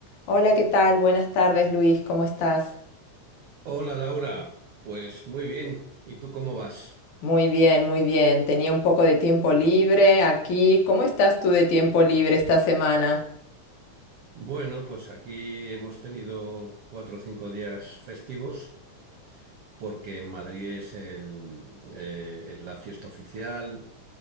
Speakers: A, on the left; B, on the right.
A: Hola, ¿qué tal? Buenas tardes, Luis, ¿cómo estás?
B: Hola Laura, pues muy bien. ¿Y tú cómo vas?
A: Muy bien, muy bien. Tenía un poco de tiempo libre aquí. ¿Cómo estás tú de tiempo libre esta semana?
B: Bueno, pues aquí hemos tenido cuatro o cinco días festivos porque en Madrid es el, eh, es la fiesta oficial